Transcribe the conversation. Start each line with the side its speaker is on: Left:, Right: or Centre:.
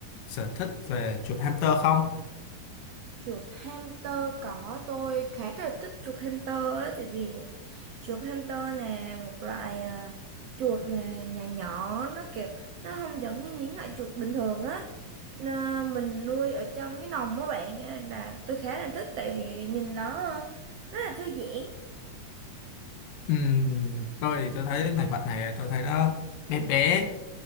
Left: sở thích về chuột hamster không?
Right: chuột hamster cỏ tôi khá là thích chuột hamster á tại vì chuột hamster nè một loại à, chuột mà nhỏ nhỏ nó kiểu nó không giống như những loại chuột bình thường á Nó- mình nuôi ở trong cái lồng á bạn á, là tôi khá là thích tại vì nhìn nó rất là thư giãn
Left: Ừm, tôi thì tôi thấy loài vật này tôi thấy nó bé bé